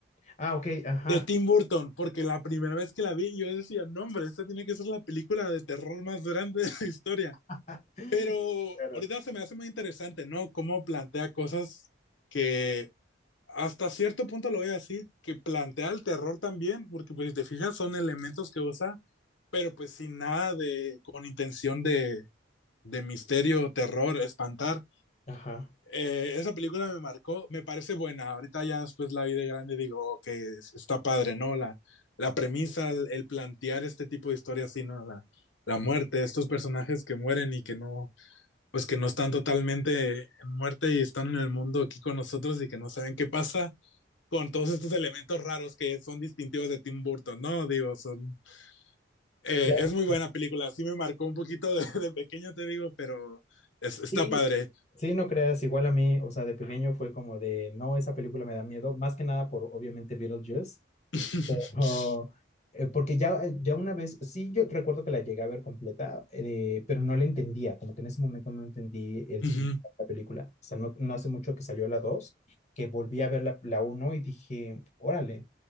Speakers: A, on the left; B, on the left.
A: Ah, ok, ajá.
B: de Tim Burton, porque la primera vez que la vi yo decía, no hombre, esta tiene que ser la película de terror más grande de la historia.
A: <laughs>
B: Pero
A: Claro.
B: ahorita se me hace muy interesante, ¿no? Cómo plantea cosas que hasta cierto punto lo voy a decir, que plantea el terror también, porque pues si te fijas son elementos que usa, pero pues sin nada de, con intención de, de misterio, terror, espantar.
A: Ajá.
B: Eh, esa película me marcó, me parece buena. Ahorita ya después la vi de grande y digo que okay, está padre, ¿no? La, la premisa, el, el, plantear este tipo de historias, así, ¿no? La, la muerte, estos personajes que mueren y que no, pues que no están totalmente en muerte y están en el mundo aquí con nosotros y que no saben qué pasa con todos estos elementos raros que son distintivos de Tim Burton, ¿no? Digo, son... Eh,
A: Claro.
B: es muy buena película, sí me marcó un poquito de, de pequeño, te digo, pero es, está
A: Sí,
B: padre.
A: sí, no creas, igual a mí, o sea, de pequeño fue como de, no, esa película me da miedo, más que nada por obviamente Beetlejuice,
B: <laughs>
A: Ojo. Eh, porque ya, eh, ya una vez, sí, yo recuerdo que la llegué a ver completa, eh, pero no la entendía, como que en ese momento no entendí el
B: Ujú.
A: significado de la película. O sea, no, no hace mucho que salió la dos que volví a ver la, la uno y dije, órale,